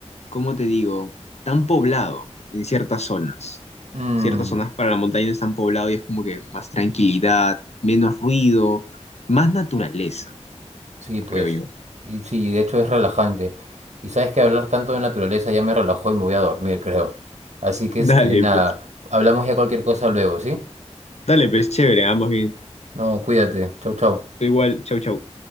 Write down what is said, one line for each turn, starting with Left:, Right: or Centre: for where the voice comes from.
Left: ¿cómo te digo? Tan poblado en ciertas zonas.
Right: Mm,
Left: Ciertas zonas para la montaña no están poblado y es como que más tranquilidad, menos ruido, más naturaleza,
Right: sí, pues.
Left: creo yo.
Right: Y sí, de hecho es relajante. Y sabes que hablar tanto de naturaleza ya me relajó y me voy a dormir, <laughs> creo. Así que
Left: <laughs>
Right: este,
Left: Dale,
Right: nada,
Left: pues.
Right: hablamos ya cualquier cosa luego, ¿sí?
Left: Dale, pues, chévere, ambos bien.
Right: No, cuídate. Chau, chau.
Left: Tú igual, chau, chau.